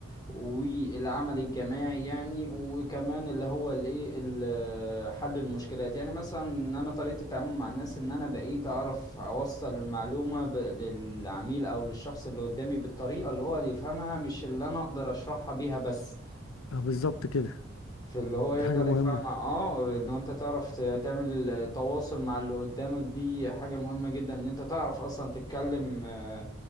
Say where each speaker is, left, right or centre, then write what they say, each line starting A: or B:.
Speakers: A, on the left; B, on the left.
A: والعمل الجماعي يعني وكمان اللي هو الايه ال- حل المشكلات يعني مثلا ان انا طريقة التعامل مع الناس ان انا بقيت اعرف اوصل المعلومة ب- للعميل او للشخص اللي قدامي بالطريقة اللي هو اللي يفهمها مش اللي انا اقدر اشرحها بيها بس
B: اه بالظبط كده
A: في اللي هو يقدر
B: دي حاجة مهمة
A: يفهم اه ان انت تعرف ت- تعمل تواصل مع اللي قدامك دي حاجة مهمة جدا ان انت تعرف اصلا تتكلم آه،